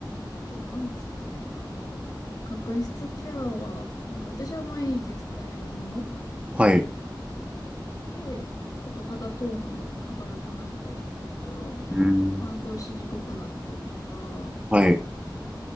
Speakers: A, on the left (about 50°); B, on the right (about 15°).
A: あと何ですかね、あの、角質ケアは、なんか私は毎日使えるもの
B: はい。う
A: で、ちょっと肌トーンも明るくなったりとか、
B: ーん。
A: 乾燥しにくくなったりとか
B: はい。